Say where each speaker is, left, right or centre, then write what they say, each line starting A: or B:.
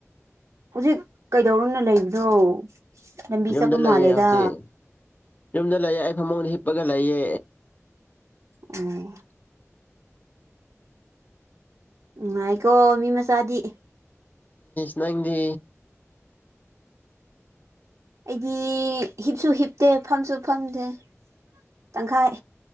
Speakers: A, on the right; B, on the left.
A: ꯍꯧꯖꯤꯛ ꯀꯩꯗꯧꯔꯣꯅ ꯂꯩꯕꯅꯣ ꯂꯝꯕꯤ
B: ꯌꯨꯝꯗ
A: ꯆꯠꯄ
B: ꯂꯩꯌꯦ
A: ꯃꯥꯜꯂꯦꯗ
B: ꯍꯧꯖꯤꯛ ꯌꯨꯝꯗ ꯂꯩꯌꯦ ꯑꯩ ꯐꯃꯨꯡꯗ ꯍꯤꯞꯄꯒ ꯂꯩꯌꯦ
A: ꯑꯣ ꯎꯉꯥꯏꯀꯣ ꯃꯤ ꯃꯆꯥꯗꯤ
B: ꯅꯪꯒꯤ
A: ꯑꯩꯗꯤ ꯍꯤꯞꯁꯨ ꯍꯤꯞꯇꯦ ꯐꯝꯁꯨ ꯐꯝꯗꯦ ꯇꯪꯈꯥꯏ